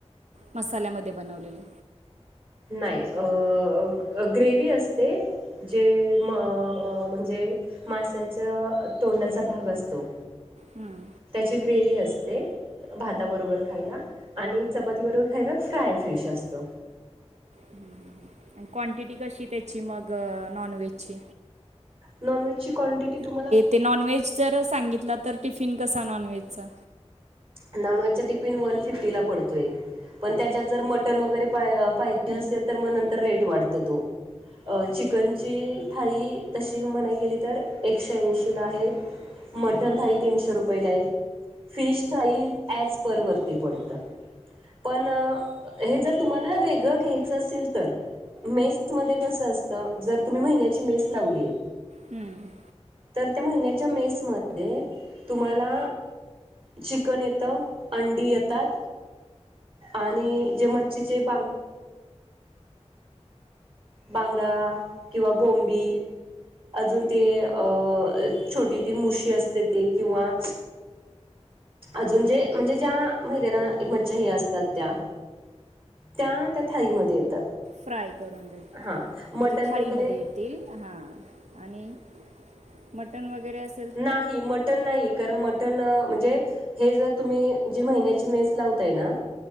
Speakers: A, on the right; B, on the right.
A: मसाल्यामध्ये बनवलेले.
B: नाही अ ग्रेवी असते. जे म म्हणजे माशाच्या तोंडाचा भाग असतो.
A: हम्म!
B: त्याची ग्रेवी असते. भाताबरोबर खायला आणि चपाती बरोबर खायला फ्राय फिश असतो.
A: हम्म! क्वांटिटी कशी त्याची मग नॉन व्हेजची.
B: नॉनव्हेजची कॉन्टिटी तुम्हाला.
A: ते नॉनव्हेज जर सांगितलं तर टिफिन कसा नॉनव्हेजचा.
B: नॉनव्हेज चा टिफिन वन फिफ्टीला पडतो एक पण त्याच्यात जर मटन वगैरे पा पाहिजे असेल तर मग नंतर रेट वाढत तो. अ चिकनची थाई तशी म्हणा गेली तर एकशे ऐंशी ला आहे. मटन थाई तीनशे रुपयेला आहे. फिश थाई ऍज पर वरती पडतंय. पण हे जर तुम्हाला वेगळं घ्यायचं असेल तर, मेस मध्ये कस असत जर तुम्ही महिन्याची मेस लावलीय.
A: हम्म!
B: तर त्या महिन्याच्या मेसमध्ये तुम्हाला चिकन येतं अंडी येतात आणि जे मच्छीचे बांग बांगड किंवा बोंबील. अजून ते अं छोटी ती मुशी असते ते किंवा अजून जे म्हणजे ज्या महिद्यानां एकमतच्याही असतात त्या. त्या त्या थाळीमध्ये येतात.
A: फ्राय करून देत
B: हां
A: म्हणजे
B: मटण
A: थाळीमध्ये
B: वगैरे
A: येतील हां. आणि मटण वगैरेअसं
B: नाही मटन नाही कारण मट म्हणजे हे जर तुम्ही जी महिन्याची मेस लावताय ना